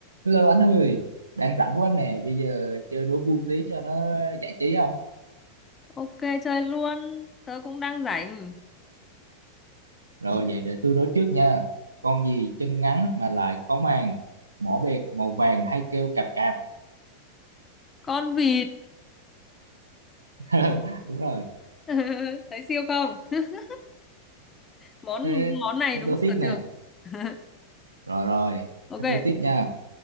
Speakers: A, on the right; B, on the left.
A: Hello anh ơi, đang rảnh quá nè, bây giờ chơi đố vui tí cho nó giải trí không?
B: Ok chơi luôn, tớ cũng đang rảnh.
A: Rồi vậy để tôi đố trước nha. Con gì chân ngắn mà lại có màng, mỏ bẹt màu vàng hay kêu cạp cạp.
B: Con vịt.
A: <laughs> Đúng rồi,
B: <laughs> Thấy siêu không? <laughs> Món
A: thế
B: món này
A: thế
B: đúng
A: đố tiếp
B: sở
A: nè.
B: trường. <laughs>
A: Rồi rồi,
B: Ok,
A: thế đố tiếp nha.